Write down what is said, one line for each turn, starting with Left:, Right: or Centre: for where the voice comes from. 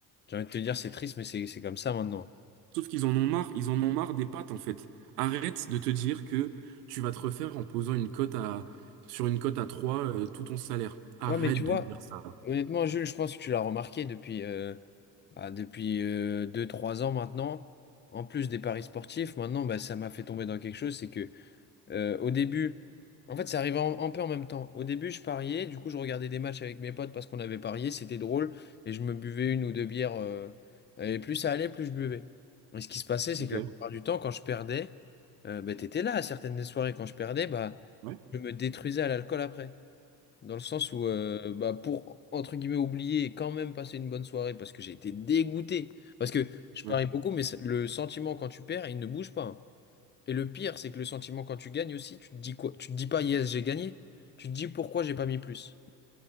Left: J'ai envie de te dire, c'est triste, mais c'est c'est comme ça maintenant.
Right: Sauf qu'ils en ont marre, ils en ont marre des pattes en fait. Arrête de te dire que tu vas te refaire en posant une cote à sur une cote à 3 euh, tout ton salaire. Arrête
Left: Ouais, mais tu vois,
Right: de dire ça.
Left: honnêtement, Jules, je pense que tu l'as remarqué depuis, euh, bah, depuis deux trois ans maintenant. En plus des paris sportifs, maintenant, bah, ça m'a fait tomber dans quelque chose, c'est que Euh, au début, en fait, ça arrivait en- un peu en même temps. Au début, je pariais, du coup, je regardais des matchs avec mes potes parce qu'on avait parié, c'était drôle, et je me buvais une ou deux bières. euh, et plus ça allait, plus je buvais. Et ce qui se passait, c'est
Right: Ok.
Left: que la plupart du temps, quand je perdais, euh, bah, t'étais là à certaines des soirées. Quand je perdais, bah,
Right: Ouais.
Left: je me détruisais à l'alcool après. Dans le sens où, euh, bah, pour, entre guillemets, oublier et quand même passer une bonne soirée parce que j'ai été dégoûté. Parce que je parie
Right: Ouais.
Left: beaucoup, mais c'est- le sentiment quand tu perds, il ne bouge pas. hein. Et le pire, c'est que le sentiment quand tu gagnes aussi, tu te dis quoi? Tu te dis pas yes, j'ai gagné. Tu te dis pourquoi j'ai pas mis plus.